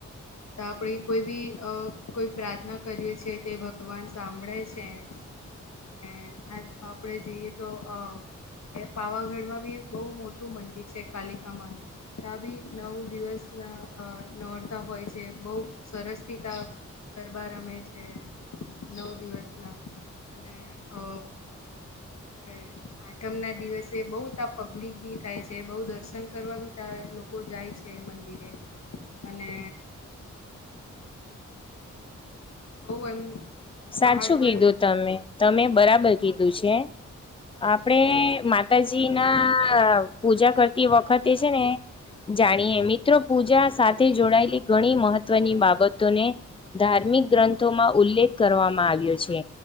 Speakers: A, on the left (about 55°); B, on the left (about 15°).
A: તો આપડી કોઈ બી અ કોઈ પ્રાર્થના કરીએ છ છે તે ભગવાન સાંભળે છે. અને આપડે જઈએ તો અ હ પાવાગઢ માં બી બહુ મોટું મંદિર છે કાલિકામાન. તા બી નવ દિવસના નોડતા હોય છે બહુ સરસથી ત ગરબા રમે છે. નવ દિવસના, અને અ આપડ આઠમ ના દિવસે બઉ ત આ પબ્લિક બી થાય છે બઉ દર્શન કરવા બી ત લોકો જાય છે મંદિરે, અને બહ એમ.
B: સાચું
A: પહાડ પર
B: કીધું તમે તમે બરાબર કીધું છે. આપડણે માતાજી ના પૂજા કરતી વખતે છે ને. જાણીએ મિત્રો પૂજા સાથે જોડાયેલી ઘણી મહત્વની બાબતોને. ધાર્મિક ગ્રંથોમાં ઉલ્લેખ કરવામાં આવ્યો છે,